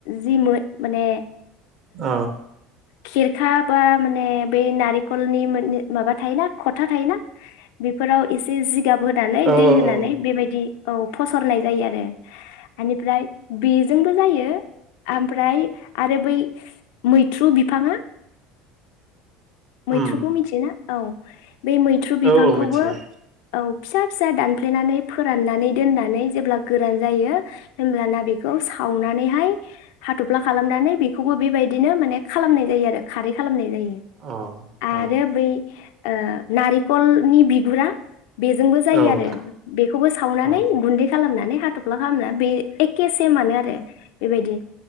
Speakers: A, on the left (about 75°); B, on the right (about 50°).
A: जि मो माने
B: ओ
A: खेरखा बा माने बै नारेंखलनि मोन माबा थायोना खथा थायोना बेफोराव एसे जि गाब होनानै
B: औ ओं
A: दै होनानै बेबायदि औ फसरनाय जायो आरो एनिफ्राय बि जोंबो जायो। ओमफ्राय आरो बै मैथ्रु बिफाङा
B: उम
A: मैथ्रुखौ मिथियोना औ बे मैथ्रु बिफांखौबो
B: औ औ मिथियो
A: औ फिसा फिसा दानफ्लेनानै फोराननानै दोननानै जेब्ला गोरान जायो होमब्लाना बेखौ सावनानैहाय हाथ'फ्ला खालामनानै बेखौबो बेबायदिनो माने खालामनाय जायो आरो खारै खालामनाय जायो
B: औ
A: आरो
B: औ
A: बै ओ नारेंखलनि बिगुरा बेजोंबो जायो
B: औ
A: आरो बेखौबो सावनानै
B: औ
A: गुन्दै खालामनानै हाथ'फ्ला खालामना बे एखे सेमानो आरो बेबायदि